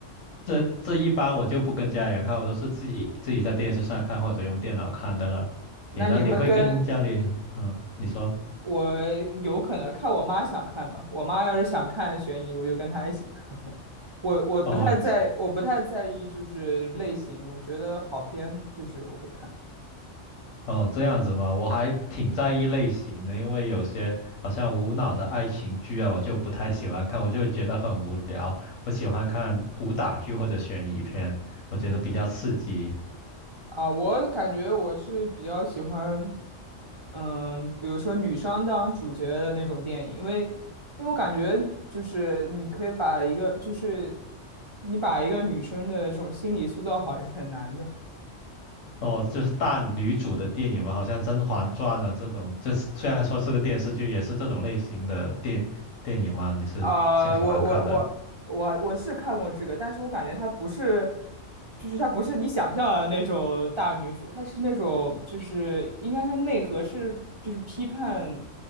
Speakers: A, on the left; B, on the right.
A: 这这一般我就不跟家里人看，我都是自己自己在电视上看或者用电脑看的了。
B: 那你会跟
A: 你呢？你会跟家里嗯，你说
B: 我有可能看我妈想看吧？我妈要是想看悬疑的，我就跟她一起看。<laughs> 我我不太在，
A: 哦，
B: 我不太在意就是类型，我觉得好片就是我会看
A: 哦，这样子嘛，我还挺在意类型的，因为有些好像无脑的爱情剧啊，我就不太喜欢看，我就会觉得很无聊。我喜欢看武打剧或者悬疑片，我觉得比较刺激。
B: 啊。我感觉我是比较喜欢，嗯，比如说女生当主角的那种电影，因为因为我感觉就是你可以把一个就是你把一个女生的这种心理塑造好也是很难的。
A: 哦，就是大女主的电影嘛，好像《甄嬛传》啊这种，就是虽然说是个电视剧，也是这种类型的电电影嘛，你是想喜欢看的，
B: 啊、我我我我我是看过这个，但是我感觉她不是，就是她不是你想象的那种大女主，她是那种就是应该她内核是就是批判，